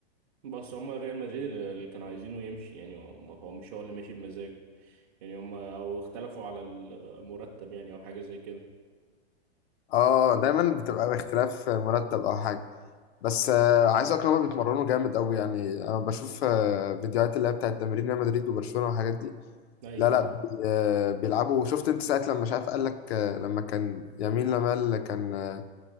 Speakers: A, on the right (about 35°); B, on the left (about 65°).
A: بس هما ريال مدريد اللي كانوا عايزينه يمشي يعني هو هو مش هو اللي مشي بمزاجه يعني هما او اختلفوا على المرتب يعني او حاجة زي كده
B: اه دايما بتبقى باختلاف مرتب او حاجة بس آه، عايز اقولك إن هما بيتمرنوا جامد قوي يعني انا بشوف آه، فيديوهات اللي هي بتاعت تمرين ريال مدريد وبرشلونة والحاجات دي
A: اي
B: لا لا بي- آه، بيلعبوا شفت انت ساعة لما مش عارف قال لك آه، لما كان يمين لمال كان آه،